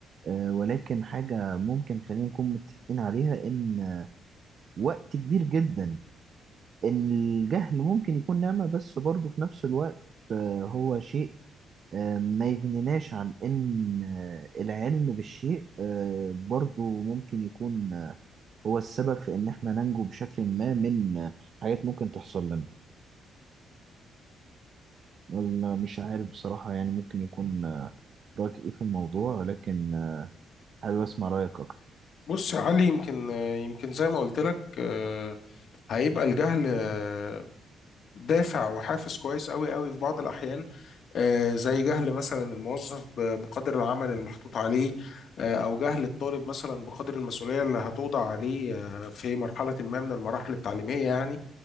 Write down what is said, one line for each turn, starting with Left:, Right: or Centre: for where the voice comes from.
Right: آه، ولكن حاجة ممكن خلينا نكون متفقين عليها إن آه، وقت كبير جدا الجهل ممكن يكون نعمة بس برضه في نفس الوقت آه، هو شيء آه، ما يغنيناش عن إن آه، العلم بالشيء آه، برضه ممكن يكون آه، هو السبب في إن إحنا ننجو بشكل ما من آه، حاجات ممكن تحصل لنا والله مش عارف بصراحة يعني ممكن يكون آه، رأيك إيه في الموضوع ولكن آه، حابب أسمع رأيك أكتر
Left: بص يا علي يمكن آه، يمكن زي ما قلت لك آه، هيبقى الجهل آه، دافع وحافز كويس قوي قوي في بعض الأحيان آه، زي جهل مثلا الموظف ب- بقدر العمل المحطوط عليه آه، او جهل الطالب مثلا بقدر المسؤوليه اللي هتوضع عليه آه، في مرحله ما من المراحل التعليميه يعني